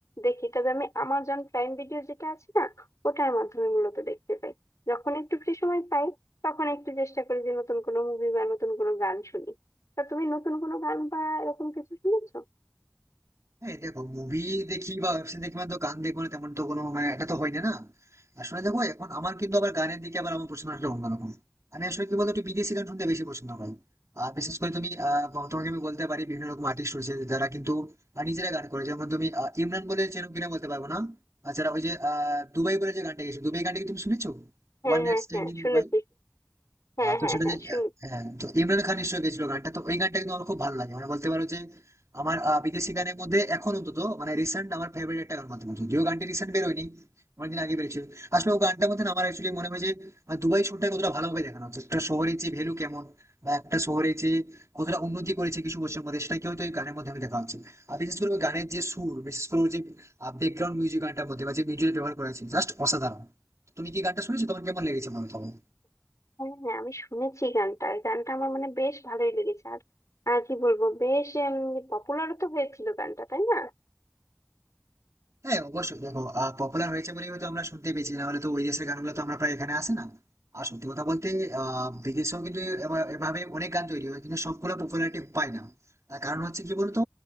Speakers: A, on the left; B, on the right.
A: দেখি তবে আমি আমাজন প্রাইম ভিডিও যেটা আছে না ওটার মাধ্যমে মূলত দেখতে পাই যখন একটু ফ্রি সময় পাই তখন একটু চেষ্টা করি যে নতুন কোনো মুভি বা নতুন কোনো গান শুনি তা তুমি নতুন কোনো গান বা এরকম কিছু শুনেছো
B: হ্যাঁ দেখো মুভি দেখি বা ওয়েব সিরিজ দেখি মানে তো গান দেখবো না তেমন তো কোনো মানে এটা তো হয় না না আসলে দেখো এখন আমার কিন্তু আবার গানের দিকে আবার আমার পছন্দ আসলে অন্যরকম আমি আসলে কি বলতো একটু বিদেশি গান শুনতে বেশি পছন্দ পাই আর বিশেষ করে তুমি আহ তোমাকে আমি বলতে পারি বিভিন্ন রকম আর্টিস্ট রয়েছে যারা কিন্তু আহ, নিজেরা গান করে যেমন তুমি আহ, ইমরান বলে চেনো কিনা বলতে পারবো না আর যারা ওই যে আহ দুবাই বলে যে গানটা গেছে দুবাই গানটা কি তুমি শুনেছো
A: হ্যাঁ
B: One night
A: হ্যাঁ
B: stand
A: হ্যাঁ
B: in
A: শুনেছি
B: Dubai
A: হ্যাঁ
B: আহ, তো
A: হ্যাঁ
B: সেটা
A: হ্যাঁ
B: যে
A: শুনেছি
B: হ্যাঁ তো ইমরান খান নিশ্চয়ই গেছিল গানটা তো ওই গানটা কিন্তু আমার খুব ভালো লাগে মানে বলতে পারো যে আমার আহ, বিদেশি গানের মধ্যে এখন অন্তত মানে রিসেন্ট আমার ফেভারিট একটা গান বলতে পারো যদিও গানটি রিসেন্ট বেরোয়নি অনেকদিন আগে বেরিয়েছিল আসলে ও গানটার মধ্যে না আমার অ্যাকচুয়ালি মনে হয় যে আহ, দুবাই শহরটা কতটা ভালোভাবে দেখানো হচ্ছে একটা শহরের যে ভ্যালু কেমন বা একটা শহরে যে কতটা উন্নতি করেছে কিছু বছরের মধ্যে সেটা কি হয়তো এই গানের মধ্যে আমি দেখা হচ্ছে আর বিশেষ করে ওই গানের যে সুর বিশেষ করে ওর যে ব্যাকগ্রাউন্ড মিউজিক গানটার মধ্যে বা যে মিউজিক ব্যবহার করা হয়েছে জাস্ট অসাধারণ তুমি কি গানটা শুনেছো তোমার কেমন লেগেছে মনে হয়
A: হ্যাঁ হ্যাঁ আমি শুনেছি গানটা এই গানটা আমার মানে বেশ ভালোই লেগেছে আর আর কি বলবো বেশ পপুলারও তো হয়েছিল গানটা তাই না
B: হ্যাঁ অবশ্যই দেখো পপুলার হয়েছে বলেই হয়তো আমরা শুনতে পেয়েছি না হলে তো ওই দেশের গানগুলো তো আমরা প্রায় এখানে আসে না আর সত্যি কথা বলতে আহ বিদেশেও কিন্তু এবা- এভাবে অনেক গান তৈরি হয় কিন্তু সবগুলো পপুলারিটি পায় না তার কারণ হচ্ছে কি বলতো